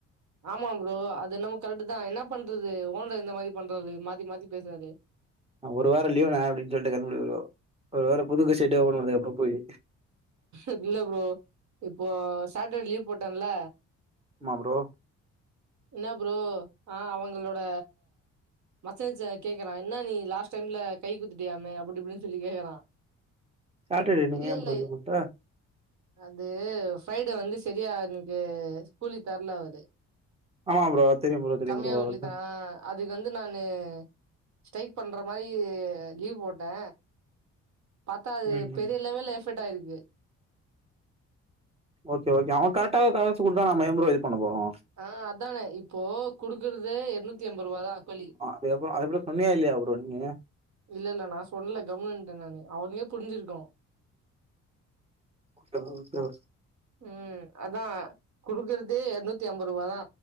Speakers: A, on the right (about 65°); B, on the right (about 20°).
A: ஆமா ப்ரோ அது என்னமோ கரட்டு தா என்ன பண்றது ஓனர் இந்த மாரி பண்றாரு மாத்தி மாத்தி பேசாதே
B: அ ஒரு வாரோ லீவான்னே அப்டின்னு சொல்லிட்டு கெளம்புனோ வேற புது பெட்ஸுட்டு வந்து போயி
A: இல்ல ப்ரோ இப்போ சேட்டர்டே லீவ் போட்டேல்ல
B: ஆமா ப்ரோ
A: இல்ல ப்ரோ ஆ அவுங்களோட மசுல்ஸ் அ கேக்கறா என்ன நீ லாஸ்ட் டைம்ல கை குத்துட்டியாமே அப்டி இப்டின்னு சொல்லி கேக்குறா
B: சேட்டர்டே நீங்க
A: இல்ல
B: ஏ
A: இல்ல
B: ப்ரோ லீவ் போட்ட
A: அது ஃப்ரைடே வந்து செரியா எனக்கு கூலி தரல அவரு
B: ஆமா ப்ரோ தெரியும் ப்ரோ தெரியும்
A: கம்மியா
B: ப்ரோ
A: கூலி
B: அதுதான்
A: தரா அதுக்கு வந்து நானு ஸ்டைக் பண்ற மாரி லீவ் போட்டே பாத்தா அது
B: ம் ம்
A: பெரிய லெவல்ல எஃபெக்ட் ஆய்ருக்கு
B: ஓகே ஓகே அவன் கரட்டா காசு குடுத்தா நம்ம ஏ ப்ரோ இது பண்ண போறோ
A: ஆ அதான இப்போ குடுக்குறதே எர்நூத்தி எம்பது ருவாதா கூலி
B: அதுக்கப்பொறோ அது அப்பறோ சொன்னியா இல்லயா ப்ரோ நீங்க
A: இல்ல இல்ல நா சொல்லல கம்முனு இருந்ட்ட நானு அவனுக்கே புருஞ்சிருக்கு
B: ஓகே ப்ரோ ஓகே ப்ரோ
A: ம் அதா குடுக்குறதே எர்நூத்தி அம்பருவா தா